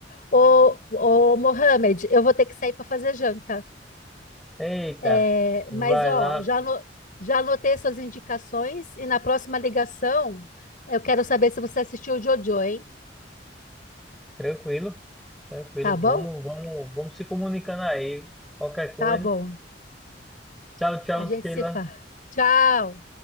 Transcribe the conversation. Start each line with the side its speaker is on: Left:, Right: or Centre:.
Left: Ô, ô, Mohamed, eu vou ter que sair para fazer janta.
Centre: Eita,
Left: É,
Centre: vai
Left: mas, ó,
Centre: lá,
Left: já, ano- já anotei suas indicações e na próxima ligação eu quero saber se você assistiu o Jojo, hein?
Centre: tranquilo, tranquilo.
Left: Tá bom?
Centre: Vamos, vamos, vamos se comunicando aí. Qualquer coisa.
Left: Tá bom.
Centre: Tchau, tchau,
Left: A gente
Centre: Sheila.
Left: se fala. Tchau!